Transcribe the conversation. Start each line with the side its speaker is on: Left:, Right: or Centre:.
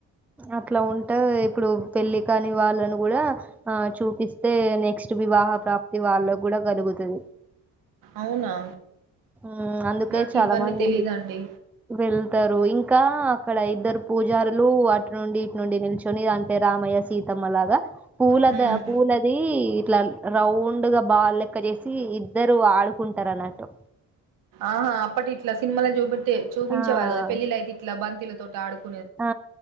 Centre: అట్లా ఉంటది. ఇప్పుడు పెళ్లి కాని వాళ్ళని గూడా ఆ చూపిస్తే నెక్ క్స్ట్ వివాహ ప్రాప్తి వాళ్ళ గూడా కలుగుతది.
Right: అవునా
Centre: ఉమ్ అందుకే
Right: నాకు
Centre: చాలా
Right: ఇవన్నీ
Centre: మంది
Right: తెలీదండి
Centre: వెళ్తారు. ఇంకా అక్కడ ఇద్దరు పూజారులు అటు నుండి, ఇటు నుండి. నిల్చొని అంటే రామయ్య, సీతమ్మ లాగ. పూలద
Right: హ్మ్
Centre: పూలది ఇట్లా రౌండ్గా బాల్ లెక్క చేసి. ఇద్దరు ఆడుకుంటారు అన్నట్టు.
Right: ఆహా అప్పటి ఇట్లా సినిమాలో చూపట్టే చూపించేవారు
Centre: ఆ
Right: కదా. పెళ్ళిళ్లయితే ఇట్లా బంతిలతో ఆడుకున్
Centre: ఆ